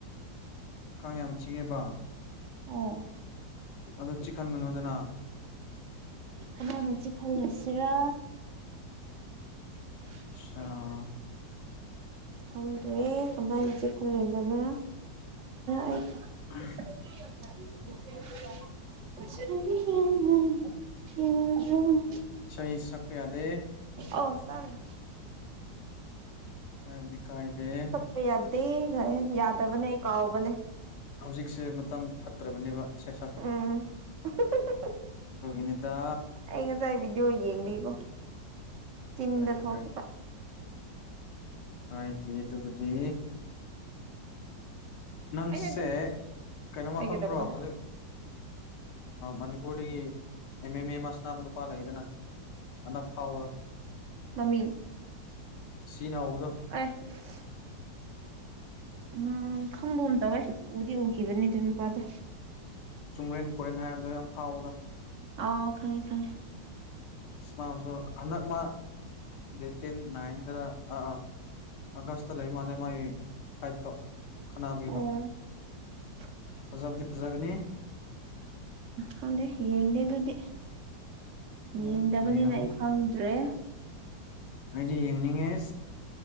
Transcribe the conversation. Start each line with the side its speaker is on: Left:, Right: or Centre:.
Left: ꯀꯥꯡ ꯌꯥꯝ ꯆꯤꯛꯉꯦꯕ
Right: ꯑꯣ
Left: ꯑꯗ ꯆꯤꯡꯟꯒꯅꯣꯗꯅ
Right: ꯑꯗꯨꯃꯥꯏꯅꯁꯤ ꯈꯜꯂꯨꯁꯤꯔꯥ <inaudible>
Left: ꯑꯠꯆꯥ <inaudible>
Right: ꯈꯪꯗ꯭ꯔꯦ ꯀꯃꯥꯏꯅ ꯏꯆꯦꯛ ꯈꯨꯜꯂꯣꯏꯗꯕ꯭ꯔꯣꯏꯅ ꯑꯩ
Left: ꯎ
Right: <inaudible> ꯑꯟꯏꯟꯇꯦꯂꯤꯖꯦꯕꯜ unintelligible
Left: ꯁꯍꯤ ꯁꯛꯄ ꯌꯥꯗꯦ
Right: ꯑꯣ ꯇꯔꯦ
Left: ꯀꯥꯏꯂꯤ ꯀꯗꯦ
Right: ꯀ ꯌꯥꯗꯦ ꯈꯔꯦ ꯌꯥꯗꯕꯅꯦ ꯀꯥꯎꯕꯅꯦ
Left: ꯍꯧꯖꯤꯛꯁꯦ ꯃꯇꯝ ꯐꯠꯇ꯭ꯔꯕꯅꯦꯕ ꯁ ꯁꯛꯄꯒꯤ
Right: ꯎꯝ <inaudible>
Left: ꯑꯗꯨ ꯏꯅꯤꯗ
Right: ꯑꯩ ꯉꯁꯥꯏ ꯚꯤꯗꯤꯑꯣ ꯌꯦꯡꯕꯤꯀꯣ ꯆꯤꯟꯗ
Left: ꯀꯥꯏꯗꯦ
Right: ꯊꯣꯛꯈꯤꯕ
Left: ꯀꯥꯏꯗꯤꯦ ꯇꯕꯨꯗꯤ ꯅꯪꯁꯦ
Right: ꯑꯩꯅ ꯑꯗꯨꯝ
Left: ꯀꯩꯅꯣꯝꯃ
Right: ꯑꯩ
Left: ꯈꯪꯕ꯭ꯔꯣ
Right: ꯀꯩꯗꯧꯕ
Left: ꯍꯧꯖꯤꯛ ꯃꯅꯤꯄꯨꯔꯗꯒꯤ ꯑꯦꯝ ꯑꯦꯝ ꯑꯦ ꯑꯁꯅꯥꯕ ꯅꯨꯄꯥ ꯂꯩꯗꯅ ꯍꯗꯛ ꯐꯥꯎꯗꯣ
Right: ꯃꯃꯤ
Left: ꯁꯤꯅ ꯍꯧꯕꯗꯣ
Right: ꯑꯁ ꯎꯝ ꯈꯪꯕ ꯑꯃ ꯇꯧꯋꯦ ꯎꯗꯤ ꯎꯈꯤꯕꯅꯤ ꯑꯗꯨ ꯅꯨꯄꯥꯗꯣ
Left: ꯆꯨꯝꯔꯦꯟ ꯀꯣꯔꯦꯟ ꯍꯥꯏꯕꯗꯣ ꯌꯥꯝ ꯐꯥꯎꯕꯗ
Right: ꯑꯣ ꯈꯥꯏꯉ ꯈꯥꯏꯉ
Left: ꯏꯁꯃꯁꯨ ꯍꯟꯗꯛ ꯃꯥ ꯅꯦꯇ ꯅꯌꯦꯗ꯭ꯔ ꯑ ꯑꯒꯁ ꯂꯩ ꯃꯥ ꯂꯩꯃ ꯐꯥꯏꯠꯇꯣ ꯈꯠꯅꯥꯅꯕꯒꯤꯗꯣ
Right: ꯑꯣ <inaudible>
Left: ꯑꯣꯖꯥꯕꯗꯤ ꯐꯖꯛꯒꯅꯤ
Right: ꯈꯪꯗꯦ ꯌꯦꯡꯗꯦ ꯑꯗꯨꯗꯤ
Left: ꯎꯝ
Right: ꯌꯦꯡꯗꯕꯅꯤꯅ
Left: ꯌꯦꯡꯉꯝꯅꯤ
Right: ꯑꯩ ꯍꯪꯗ꯭ꯔꯦ
Left: ꯑꯩꯗꯤ ꯌꯦꯡꯅꯤꯡꯉꯦ